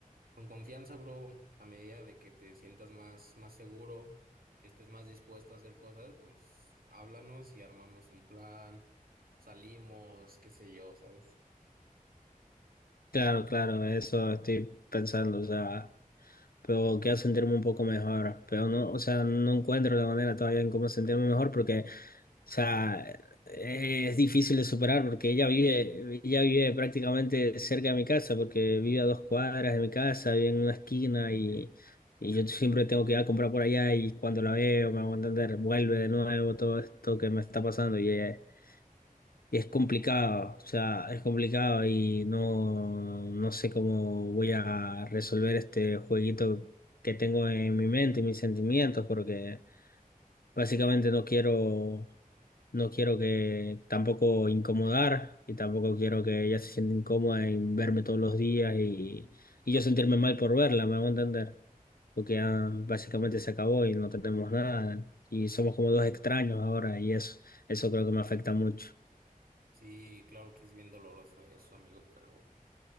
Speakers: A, on the right; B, on the left.
A: con confianza, bro, a medida de que te sientas más, más seguro, que estés más dispuesto a hacer cosas, pues háblanos y armamos un plan, salimos, qué sé yo, ¿sabes?
B: Claro, claro, eso estoy pensando, o sea. pero quiero sentirme un poco mejor, pero no, o sea, no encuentro la manera todavía en cómo sentirme mejor porque, o sea, eh, es difícil de superar porque ella vive, ella vive prácticamente cerca de mi casa, porque vive a dos cuadras de mi casa, vive en una esquina y, y yo siempre tengo que ir a comprar por allá y cuando la veo me hago entender, vuelve de nuevo todo esto que me está pasando y ella y es complicado, o sea, es complicado y no, no sé cómo voy a resolver este jueguito que tengo en mi mente y mis sentimientos, porque básicamente no quiero, no quiero que tampoco incomodar y tampoco quiero que ella se sienta incómoda en verme todos los días y, y yo sentirme mal por verla, me hago entender, porque ya básicamente se acabó y no tenemos nada y somos como dos extraños ahora y eso, eso creo que me afecta mucho.
A: Sí, claro que es bien doloroso eso, amigo, pero...